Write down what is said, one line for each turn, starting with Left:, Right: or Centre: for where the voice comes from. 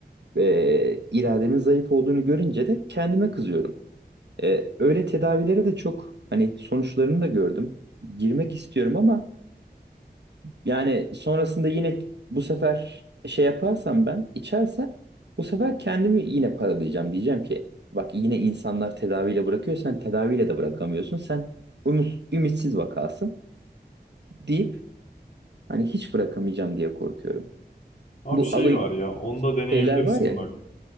Right: Ee, irademin zayıf olduğunu görünce de kendime kızıyorum. Ee, öyle tedavilere de çok hani sonuçlarını da gördüm. Girmek istiyorum ama yani sonrasında yine bu sefer şey yaparsam ben içersem bu sefer kendimi yine paralayacağım. Diyeceğim ki bak yine insanlar tedaviyle bırakıyor sen tedaviyle de bırakamıyorsun. Sen ümit, ümitsiz vakasın deyip hani hiç bırakamayacağım diye korkuyorum.
Left: Abi
Right: Bu
Left: şey
Right: alı
Left: var ya, onu da deneyebilirsin
Right: şeyler var ya
Left: bak.